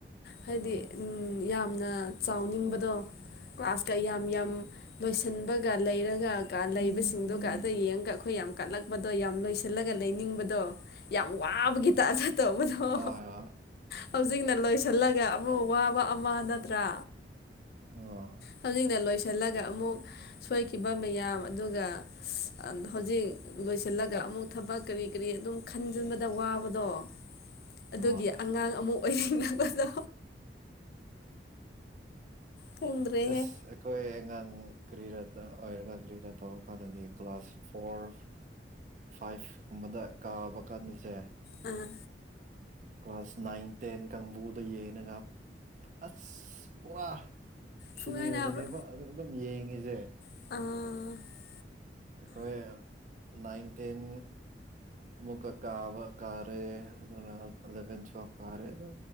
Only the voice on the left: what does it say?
ꯍꯥꯏꯗꯤ
ꯌꯥꯝꯅ ꯆꯥꯎꯅꯤꯡꯕꯗꯣ ꯀ꯭ꯂꯥꯁꯇ ꯌꯥꯝ ꯌꯥꯝ ꯂꯣꯏꯁꯤꯟꯕ ꯂꯩꯔꯒ ꯂꯩꯕꯁꯤꯡꯗꯨꯒ ꯑꯗ ꯌꯦꯡꯉꯒ ꯑꯩꯈꯣꯏ ꯌꯥꯝ ꯀꯠꯂꯛꯄꯗꯣ ꯌꯥꯝ ꯂꯣꯏꯁꯤꯜꯂꯒ ꯂꯩꯅꯤꯡ ꯗꯣ ꯌꯥꯝ ꯋꯥꯕ ꯒꯤꯇꯥ ꯆꯠꯇ ꯃꯗꯣ
ꯍꯧꯖꯤꯛꯅ ꯂꯣꯏꯁꯤꯜꯂꯒ ꯑꯃꯨꯛ ꯋꯥꯕ ꯑꯃ ꯅꯠꯇ꯭ꯔꯥ
ꯍꯧꯖꯤꯛꯅ ꯂꯣꯏꯁꯤꯜꯂꯒ ꯑꯃꯨꯛ ꯁꯣꯏꯈꯤꯕ ꯃꯌꯥꯝ ꯑꯗꯨꯒ ꯍꯧꯖꯤꯛ ꯂꯣꯏꯁꯤꯜꯂꯒ ꯑꯃꯨꯛ ꯊꯕꯛ ꯀꯔꯤ ꯀꯔꯤ ꯑꯗꯨꯝ ꯈꯟꯖꯤꯟꯕꯗ ꯋꯥꯕꯗꯣ ꯑꯗꯨꯒꯤ
ꯑꯉꯥꯡ ꯑꯃ ꯑꯣꯏꯅꯤꯡꯅꯕꯗꯣ ꯈꯪꯗ꯭ꯔꯦꯍꯦ
ꯑꯥ
ꯐꯨꯡꯒꯥꯏ ꯅꯥꯕ꯭ꯔꯣ
ꯑꯥ